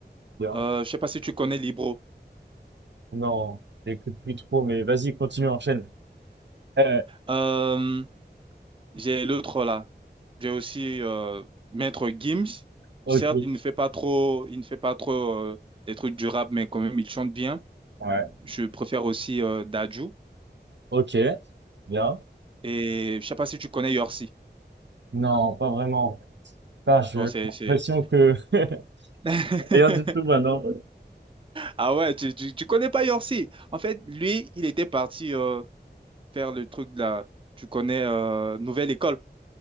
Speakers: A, on the right (about 85°); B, on the right (about 30°).
A: bien.
B: Euh, je sais pas si tu connais Libro. <laughs>
A: Non, j'écoute plus trop, mais vas-y, continue, enchaîne. Eh,
B: Euh, j'ai l'autre là. J'ai aussi euh, Maître Gims.
A: ok,
B: Certes, il ne fait pas trop, il ne fait pas trop euh, des trucs du rap, mais quand même, il chante bien.
A: ouais,
B: Je préfère aussi euh, Dadju.
A: ok, bien.
B: Et je sais pas si tu connais Yorsi.
A: Non, pas vraiment. Putain, je-
B: Bon, c'est,
A: j'ai l'impression
B: c'est-
A: que <laughs>
B: <laughs>
A: rien du tout maintenant.
B: Ah ouais, tu, tu, tu connais pas Yorsi. En fait, lui, il était parti euh, faire le truc de la... Tu connais euh, Nouvelle École.